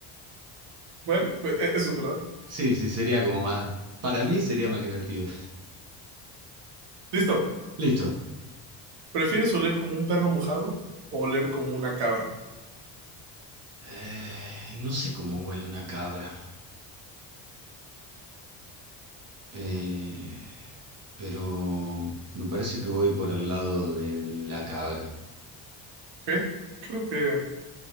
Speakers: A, on the right (about 65°); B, on the right (about 35°).
A: Bueno, pues, e- eso es verdad.
B: Sí, sí, sería como más... Para mí sería más divertido.
A: Listo.
B: <laughs> Listo.
A: ¿Prefieres oler como un perro mojado o oler como una cabra?
B: Eh, no sé cómo huele una cabra, Eh, pero me parece que voy por el lado de la cabra.
A: ¿Ok? Creo que,